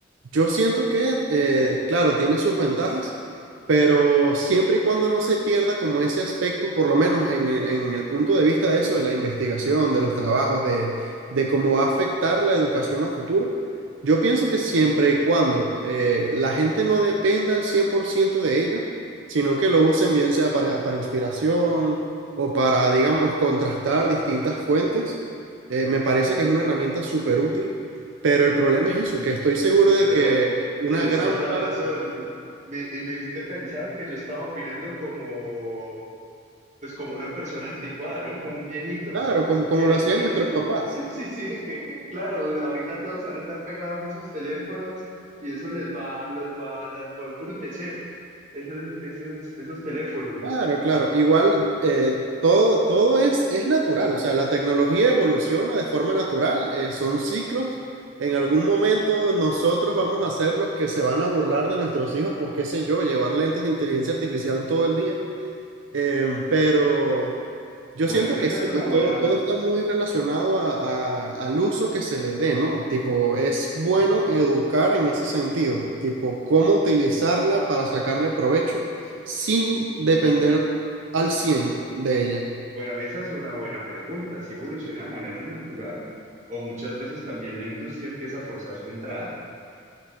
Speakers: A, on the right; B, on the right.
A: Yo siento que, eh, claro, tiene sus ventajas, pero siempre y cuando no se pierda como ese aspecto, por lo menos en, en el punto de vista de eso, de la investigación, de los trabajos, de, de cómo va a afectar la educación a futuro, yo pienso que siempre y cuando eh, la gente no dependa al 100% de ello, sino que lo usen bien sea para, para inspiración o para, digamos, contrastar distintas fuentes, eh, me parece que es una herramienta súper útil pero el problema es eso, que estoy seguro de
B: Pero
A: que una
B: tenés
A: gran
B: toda la
A: parte,
B: razón. Me, y me hiciste pensar que yo estaba opinando como pues como una persona anticuada, ¿no? Como un viejito,
A: claro, como, como
B: que
A: lo
B: dice
A: hacían
B: <laughs> que
A: nuestros
B: sí,
A: papás,
B: sí, sí, que claro, ahorita todos van a estar pegados a esos teléfonos y eso les va, los va, las va a embrutecer, esos, esos, esos teléfonos.
A: claro, claro, igual eh, todo, todo es, es natural, o sea, la tecnología evoluciona de forma natural, eh, son ciclos, en algún momento nosotros vamos a ser los que se van a burlar de nuestros hijos por, qué sé yo, llevar lentes de inteligencia artificial todo el día, Em, pero yo
B: Bueno,
A: siento
B: esa
A: que sí,
B: es una
A: pues todo,
B: buena,
A: todo está muy relacionado a- a- al uso que se le dé, ¿no? Tipo, es bueno educar en ese sentido, tipo, cómo utilizarla para sacarle provecho sin depender al 100 de ella.
B: bueno, esa es una buena pregunta, si evoluciona de manera natural o muchas veces también la industria empieza a forzar su entrada.